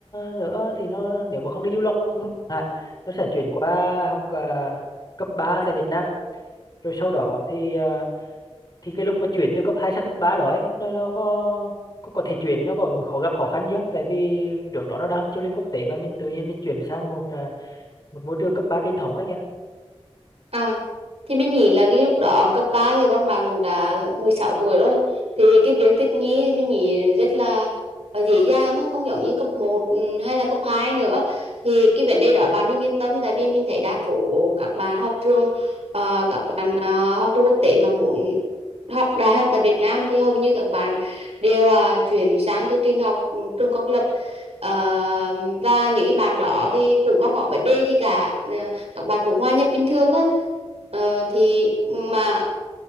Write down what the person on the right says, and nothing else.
Ừ.
À, thì mình nghĩ là cái lúc đó cấp 3 thì con bạn cũng đã 16 tuổi rồi thì cái việc thích nghi thì mình nghĩ rất là ờ, dễ dàng thôi không giống như cấp một ừ, hay là cấp 2 nữa thì cái vấn đề đó bạn đừng yên tâm tại vì mình thấy đa số các bạn học trường ờ, các bạn ờ, học trường quốc tế mà muốn học đại học tại Việt Nam thì hầu như các bạn đều ờ, chuyển sang chương trình học ừ, trường công lập Ờ, và những cái bạn đó thì cũng không có vấn đề gì cả Ờ, các bạn cũng hòa nhập bình thường thôi Ờ, thì mà